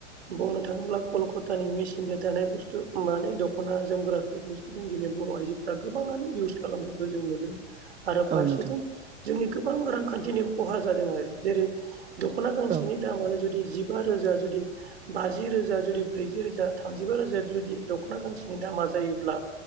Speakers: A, on the right; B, on the right.
A: बुंनो थाङोब्ला कलखतानि मिसिनदो दानाय बुस्थु माने दख'ना जोमग्राफोरखौसो जों दिनै बर' आइजोफ्रा गोबाङानो इउस खालामनायखौ जों नुदों आरो फारसेथिं
B: औ नोंथां
A: जोंनि गोबां रांखान्थिनि खहा जादों आरो जेरै दख'ना गांसेनि
B: औ
A: दामानो जुदि जि- बा रोजा जुदि बाजि रोजा जुदि ब्रैजि रोजा थामजिबा रोजाया जुदि दख'ना गांसेनि दामा जायोब्ला